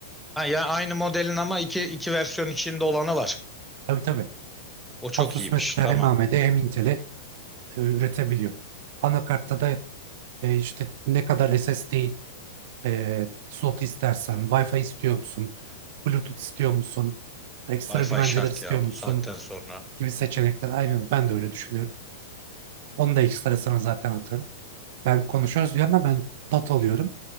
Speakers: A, in the centre; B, on the right.
A: Ha ya aynı modelin ama iki iki versiyon içinde olanı var.
B: Tabii tabii.
A: O çok
B: Asus
A: iyiymiş.
B: mesela
A: Tamam.
B: hem AMD hem Intel'e e, üretebiliyor. Anakartta da e, işte ne kadar SSD E, slot istersen, Wi-Fi istiyor musun? Bluetooth istiyor musun? Ekstra
A: Wi-Fi
B: güvenceler
A: şart
B: istiyor
A: ya
B: musun?
A: bu saatten sonra.
B: Gibi seçenekler. Aynen ben de öyle düşünüyorum. Onu da ekstra sana zaten atarım. Ben konuşuyoruz bir yandan ben not alıyorum.